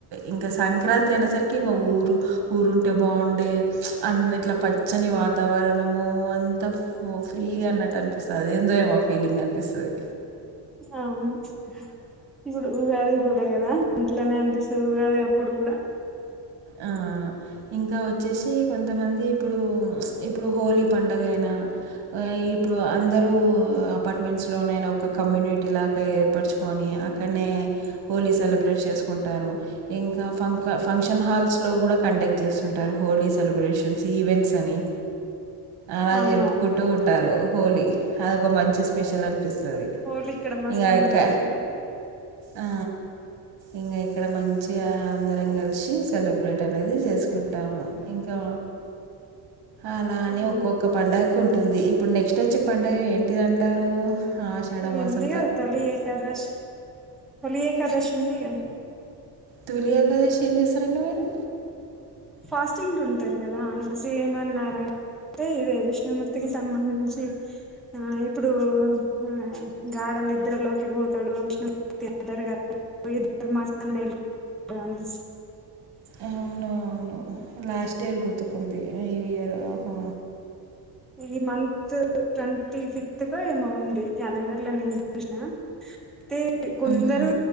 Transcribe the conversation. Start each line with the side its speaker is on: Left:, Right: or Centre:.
Right: ఇంకా సంక్రాంతి అనే సరికి ఇంగ ఊరు ఊరుంటే బాగుండే అన్ని ఇట్లా పచ్చని వాతావరణము అంత ఓ ఫ్రీగా అన్నట్టు అనిపిస్తది అదేందో ఏమో ఫీలింగ్ అనిపిస్తది
Centre: అవును ఇప్పుడు ఉగాది కూడా కదా ఇంట్లనే అనిపిస్తది ఉగాది అప్పుడు కూడా
Right: ఆ ఇంకా వచ్చేసి కొంతమంది ఇప్పుడు చ్మ్ ఇప్పుడు హోలీ పండగయినా ఆ ఇప్పుడు అందరూ అపార్ట్మెంట్స్ లోనేన ఒక కమ్యూని టిలాగా ఏర్పరుచుకొని అక్కడనే హోలీ సెలబ్రేట్ చేసుకుంటారు. ఇంకా ఫం ఫంక్షన్ హాల్స్ లో కూడా కండక్ట్ చేస్తుంటారు హోలీ సెలబ్రేషన్స్ ఈవెంట్స్ అని అలా
Centre: అవునవును
Right: జరుపుకుంటూ ఉంటారు హోలీ అదొక మంచి స్పెషల్ అనిపిస్తది
Centre: హోలీ ఇక్కడ మస్తు
Right: ఇంగా
Centre: అనిపిత్తది
Right: ఆ అక్క ఆ ఇంగా ఇ ఇక్కడ మంచిగా అందరం కలిషి సెలబ్రేట్ అనేది చేసుకుంటాము ఇంకా అలాని
Centre: అవును
Right: ఒక్కొక్క పండగకు ఉంటుంది ఇప్పుడు నెక్స్ట్ వచ్చే పండగ ఏంటిది అంటారు ఆషాఢమాసం
Centre: ఇది ఉంది కదా తొలి ఏకాదశ్ తొలి ఏకాదశి ఉందిగా
Right: తొలి ఏకాదశి ఏం చేస్తారండి మీరు
Centre: ఫాస్టింగ్ లు ఉంటారు కదా ఇప్పుడు సేమ్ న్నా ఆరాయణ అంటే ఇదే విష్ణుమూర్తికి సంబంధించి ఆ ఇప్పుడు హ ఘాడా నిద్రలో తిరుగిపోతాడు విష్ణుమూర్తి అంటారు కదా ఇ ధర్మాసన <unintelligible> అనేసి
Right: ఆ అవును అవును లాస్ట్ ఇయర్ గుర్తుకుంది ఈ ఇయర్ ఓహొ
Centre: ఈ మంత్ ట్వంటీ ఫిఫ్త్ కో ఏమో వుంది క్యాలెండర్ లో నేను చూసిన అతే కొందరు
Right: ఉహు